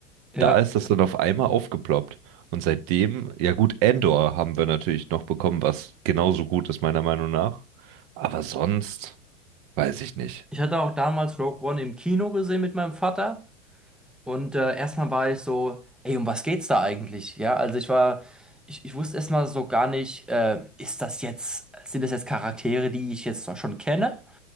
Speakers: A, in the centre; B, on the right (about 35°).
A: ja.
B: Da ist das Ja. dann auf einmal aufgeploppt. Und seitdem, ja gut, Andor haben wir natürlich noch bekommen, was genauso gut ist, meiner Meinung nach. Aber sonst weiß ich nicht.
A: Ich hatte auch damals Rogue One im Kino gesehen mit meinem Vater und äh, erstmal war ich so, ey, um was geht's da eigentlich? Ja, also ich war, ich, ich wusste erstmal so gar nicht, äh, ist das jetzt, sind das jetzt Charaktere, die ich jetzt schon kenne?